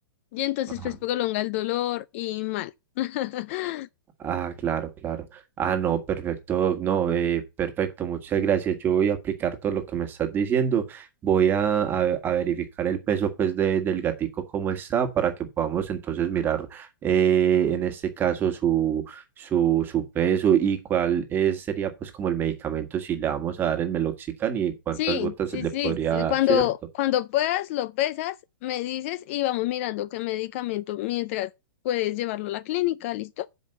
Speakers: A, on the left; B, on the right.
A: Y entonces,
B: Ah.
A: pues prolonga el dolor y mal. <laughs>
B: Ah, claro, claro. Ah, no, perfecto, no, eh, perfecto, muchas gracias. Yo voy a aplicar todo lo que me estás diciendo. Voy a, a- a verificar el peso pues de- del gatico cómo está para que podamos entonces mirar eh, en este caso su, su, su peso y cuál es, sería pues como el medicamento si le vamos a dar el meloxicam y cuántas
A: Sí,
B: gotas
A: sí,
B: le
A: sí,
B: podría
A: sí,
B: dar,
A: Cuando,
B: ¿cierto?
A: cuando puedas, lo pesas, me dices y vamos mirando qué medicamento mientras puedes llevarlo a la clínica, ¿listo?